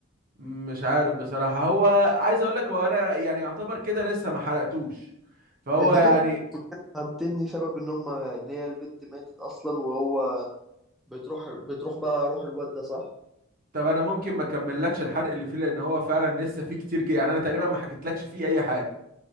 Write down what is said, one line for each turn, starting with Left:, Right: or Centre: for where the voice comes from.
Right: مش عارف بصراحة هو عايز اقول لك هو انا يعني يعتبر كده لسه ما حرقتوش فهو
Centre: انت
Right: يعني
Centre: كده فهمتني سبب ان هم ان هي البت ماتت اصلا وهو بتروح بتروح بقى روح الواد ده صح
Right: طب انا ممكن ما اكملكش الحرق اللي فيه لان هو فعلا لسه فيه كتير جي يعني انا تقريبا ما حكيتلكش فيه اي حاجة